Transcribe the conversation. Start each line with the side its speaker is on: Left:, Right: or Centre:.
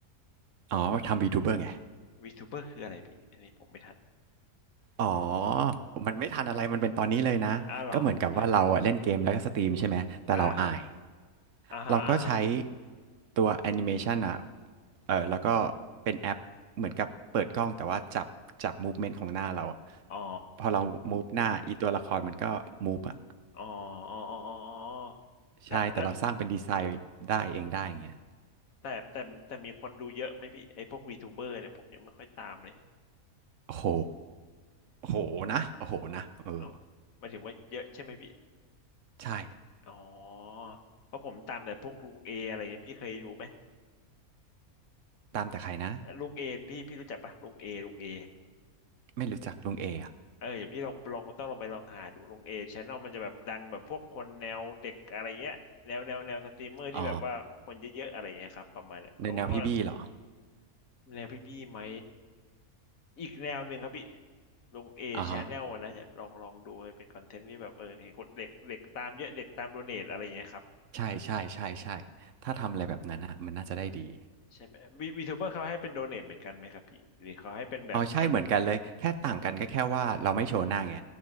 Right: อ๋อทำ VTuber ไง
Left: วีทูเบอร์คืออะไรพี่อันนี้ผมไม่ทัน
Right: อ๋อมันไม่ทันอะไรมันเป็นตอนนี้เลยนะ
Left: อ่าวเหรอคืออะไรพี่
Right: ก็เหมือนกับว่าเราอะเล่นเกมแล้วก็สตรีมใช่ไหม แต่เราอาย
Left: อ่าครับอ่าฮะอ่าฮะ
Right: เราก็ใช้ตัวแอนิเมชันอ่ะ เออ แล้วก็เป็นแอปเหมือนกับเปิดกล้องแต่ว่าจับจับมูฟเมนต์ของหน้าเราอะ
Left: อ๋อ
Right: พอเรามูฟหน้าอีตัวละครมันก็มูฟอ่ะ
Left: อ๋ออ๋ออ๋ออ๋ออ๋อแล้วแล้ว
Right: ใช่ แต่เราสร้างเป็นดีไซน์ได้เองได้อย่างเงี้ย
Left: แต่แต่แต่มีคนดูเยอะไหมพี่ไอ้พวกวีทูเบอร์เนี่ยผมยังไม่ค่อยตามเลย
Right: โอ้โหโอ้โหนะโอ้โหนะเออ
Left: อ๋อหมายถึงว่าเยอะใช่ไหมพี่
Right: ใช่
Left: อ๋อเพราะผมตามแต่พวกลุงเออะไรเงี้ยพี่เคยรู้ไหม
Right: ตามแต่ใครนะ
Left: ลุงเอพี่พี่รู้จักปะลุงเอลุงเอ
Right: ไม่รู้จักลุงเออะ
Left: เออเดี๋ยวพี่ลองลองต้องลองไปลองหาดูลุงเอชแนลมันจะแบบดังแบบพวกคนแนวเด็กอะไรเงี้ยแนวแนวแนวสตรีมเมอร์ที่แบบว่าคนเยอะๆอะไรเงี้ยครับประมาณเนี้ยเขาก็
Right: อ๋อในแนวพี่บี้เหรอ
Left: แนวพี่พี่ไหมอีกแนวหนึ่งครับพี่ลุงเอชแนลนะจะลองลองดูเป็นคอนเทนต์ที่แบบเออเห็นคนเด็กเด็กตามเยอะเด็กตามโดเนทอะไรเงี้ยครับ
Right: อ่าฮะใช่ใช่ใช่ใช่ถ้าทำอะไรแบบนั้นอ่ะมันน่าจะได้ดี
Left: ใช่ไหมวีวีทูเบอร์เขาให้เป็นโดเน a เหมือนกันไหมครับพี่หรือเขาให้เป็นแบบเหมือน
Right: อ๋อใช่เหมือนกันเลยแค่ต่างกันก็แค่ว่าเราไม่โชว์หน้าไง